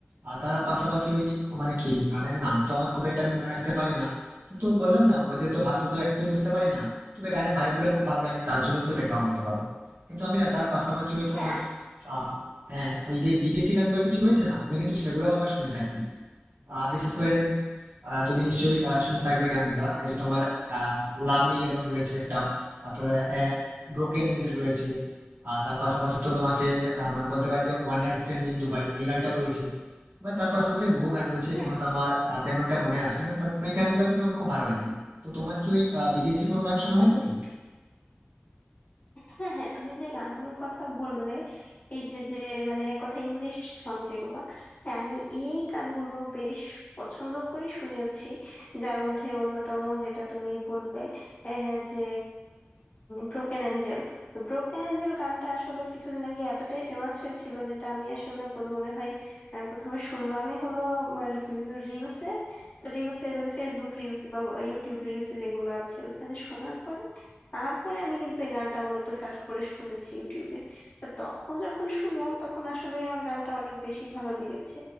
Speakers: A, on the right (about 55°); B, on the left (about 40°).
A: আর তার পাশাপাশি ওই মানে কি গানের নাম তো আমার খুব একটা আমি মনে রাখতে পারি না কিন্তু বললাম না ওদের তো ভাষা তো একটু বুঝতে পারি না তবে গানের ভাইব গুলো খুব ভালো লাগে তার জন্য তো দেখা হতে পারে কিন্তু আমি না তার পাশাপাশি ওই তোমার
B: হ্যাঁ আস-
A: আহ হ্যাঁ ওই যে বিদেশি গানগুলো কিছু রয়েছে না আমি কিন্তু সেগুলোও আবার শুনে থাকি আহ, বিশেষ করে আহ, তুমি নিশ্চয়ই আহ, শুনে থাকবে গানগুলা এই যে তোমার লাভ মি ইয়েলোন রয়েছে একটা তারপরে ব্রোকেন এঞ্জেল রয়েছে আর তার পাশাপাশি তো তোমাকে আহ, মানে বলতে পারি যে one night stand in Dubai এই গানটাও রয়েছে বা তার পাশাপাশি বহু গান রয়েছে
B: হ্যাঁ
A: এখনো তো আমার আহ, তেমন একটা মনে আসছে না বাট ওই গানগুলো কিন্তু আমার খুব ভালো লাগে তো তোমার কি ওই আহ, বিদেশি কোনো গান শোনা হয়ে থাকে
B: হ্যাঁ হ্যাঁ তুমি যে গানগুলোর কথা বললে এই যে যে মানে এক কথা ইংলিশ সং যেগুলো হ্যাঁ আমি এই গানগুলো বেশ পছন্দ করি শুনেওছি যার মধ্যে অন্যতম যেটা তুমি বললে আহ, যে ব্রোকেন অ্যাঞ্জেল তো ব্রোকেন অ্যাঞ্জেল গানটা আসলে কিছুদিন আগে এতটাই ফেমাস হয়েছিল যেটা আমি আসলে প্রথম- মনে হয় আহ, প্রথমে শুনলামই হলো আমার বিভিন্ন রিলসে তো রিলসে মানে ফেসবুক রিলস বা ইউটিউব রিলস যেগুলো আছে ওখানে শোনার পরে তারপরে আমি কিন্তু এই গানটা মূলত সার্চ করে শুনেছি ইউটিউবে তো তখন যখন শুনলাম তখন আসলে আমার গানটা অনেক বেশি ভালো লেগেছে